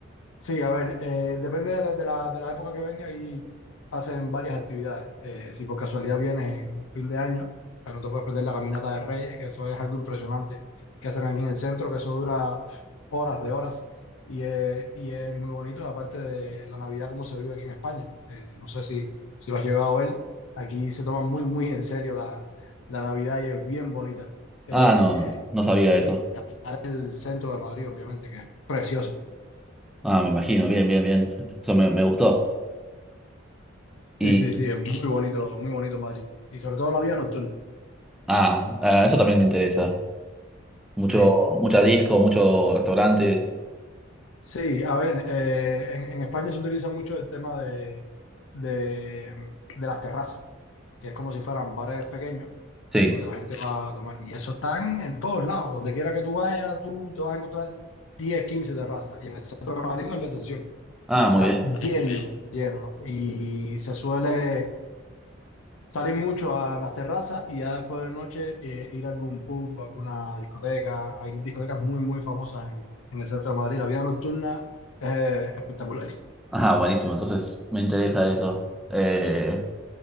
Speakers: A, on the left (about 80°); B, in the centre.
A: Sí, a ver, eh, depende de la, de la, de la época que venga y hacen varias actividades. Eh, si por casualidad vienes en fin de año, pues no te puedes perder la caminata de Reyes, que eso es algo impresionante que hacen aquí en el centro, que eso dura pf, horas de horas y, es- y es muy bonito, aparte de la Navidad como se vive aquí en España. Eh, no sé si, si lo has llegado a ver, aquí se toma muy, muy en serio la, la Navidad y es bien bonita. Eh,
B: Ah, no, no, no sabía
A: y
B: eso.
A: caminar el centro de Madrid, obviamente, que es precioso.
B: Ah, me imagino. Bien, bien, bien. Eso me me gustó. Y
A: Sí, sí, sí, es muy bonito, muy bonito Madrid. Y sobre todo la vida nocturna.
B: ah, ah, eso también me interesa. Mucho,
A: Sí,
B: mucha disco, muchos restaurantes.
A: sí, a ver, eh, en, en España se utiliza mucho el tema de, de, de las terrazas, que es como si fueran bares pequeños
B: Sí.
A: donde la gente va a tomar. Y eso están en todos lados, donde quiera que tú vayas, tú te vas a encontrar 10, 15 terrazas. Y en el centro de Madrid no es la excepción.
B: Ah,
A: Está
B: muy bien.
A: lleno, lleno. Y se suele Salir mucho a las terrazas y ya después de noche eh, ir a algún pub, alguna discoteca. Hay discotecas muy, muy famosas en, en el centro de Madrid. La vida nocturna es espectacular. <laughs>
B: Ah, buenísimo. Entonces me interesa eso. Eh,